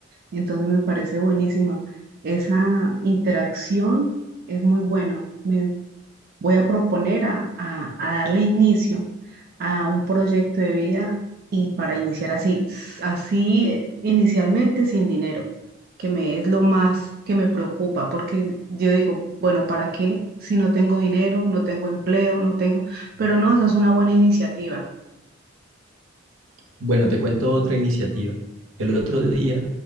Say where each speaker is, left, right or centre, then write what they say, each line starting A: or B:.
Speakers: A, on the right; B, on the right.
A: Entonces me parece buenísima. Esa interacción es muy bueno. Me voy a proponer a, a- a darle inicio a un proyecto de vida y para iniciar así, así eh, inicialmente sin dinero, que me es lo más que me preocupa, porque yo digo, bueno, ¿para qué? Si no tengo dinero, no tengo empleo, no tengo, pero no, esa es una buena iniciativa.
B: Bueno, te cuento otra iniciativa. El otro día